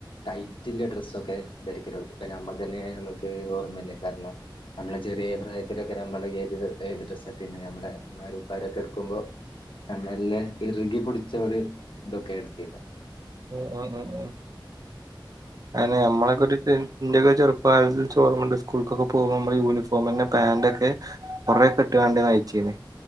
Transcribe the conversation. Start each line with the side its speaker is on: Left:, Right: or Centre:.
Left: ടൈറ്റ് ഡ്രസ്സൊക്കെ ധരിക്കല്തുടങി ഇപ്പ നമ്മക്കനെ നമുക്ക് ഓർമ്മല്ലേ കാരണം നമ്മളെ ചെറിയ പ്രായത്തിലൊക്കെ നമ്മള് ത് എത് ഡ്രസ്സ് ആണ് ഇട്ടിരുന്നത് നമ്മളുടെഉമരും ഉപ്പരുംരൊക്കെ എടുക്കുമ്പോൾ
Right: <inaudible>
Left: നമ്മളെല്ലാം ഇറുകിപൊടിച്ചവര് ഇതൊക്കെ എടുത്തിരുന്ന്
Right: ഉം ആ ആ അെ നമ്മളൊക്കെ ഒരു ഇൻറ ചെറുപ്പകലത് ചോർമ്മണ്ട് സ്കൂൾക്കൊക്കെ പോക്പോ ള് യൂണിഫോം ഇപ്പന്നെ പാൻറ് ഒക്കെ കുറെ കിട്ടുഘണ്ട് നയിച്ചിന്